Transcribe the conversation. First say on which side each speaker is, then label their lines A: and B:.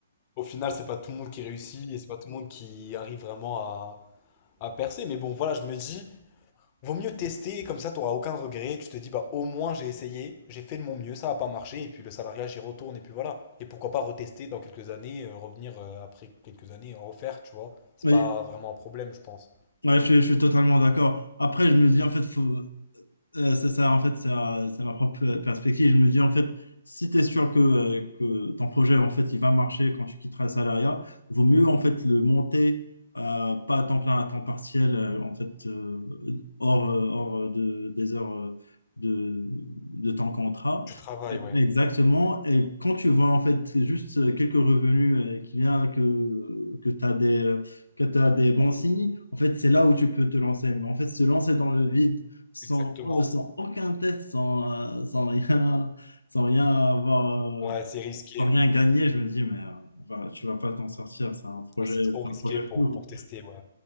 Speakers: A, on the left (about 30°); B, on the left (about 80°).
A: au final, c'est pas tout le monde qui réussit et c'est pas tout le monde qui arrive vraiment à, à percer. Mais bon, voilà, je me dis, Vaut mieux tester, comme ça t'auras aucun regret, tu te dis bah au moins j'ai essayé, j'ai fait de mon mieux, ça n'a pas marché, et puis le salariat j'y retourne, et puis voilà. Et pourquoi pas retester dans quelques années, euh, revenir euh, après quelques années, en refaire, tu vois. C'est
B: Ouais,
A: pas
B: ouais,
A: vraiment un problème, je pense.
B: je, suis je suis totalement d'accord. Après, je me dis, en fait, faut, Euh, c'est ça, en fait, c'est euh, c'est ma propre euh, perspective. Je me dis, en fait, si tu es sûr que, euh, que ton projet, en fait, il va marcher quand tu quitteras le salariat, vaut mieux, en fait, le monter, euh, pas à temps plein, à temps partiel, euh, en fait, euh, hors, euh, hors euh, de, des heures euh, de, de ton contrat.
A: Du travail, ouais,
B: Exactement. Et quand tu vois, en fait, c'est juste euh, quelques revenus euh, qui viennent, que, que tu as des, euh, que t'as des bons signes, en fait, c'est là où tu peux te lancer. Mais en fait, se lancer dans le vide, sans,
A: exactement.
B: euh, sans aucun test, sans, euh, sans rien, sans rien avoir, euh,
A: Ouais, c'est risqué.
B: sans rien gagner, je me dis, mais euh, enfin, tu vas pas t'en sortir, c'est un projet,
A: Ouais, c'est trop
B: c'est
A: risqué
B: un projet
A: pour,
B: fou.
A: pour tester, ouais.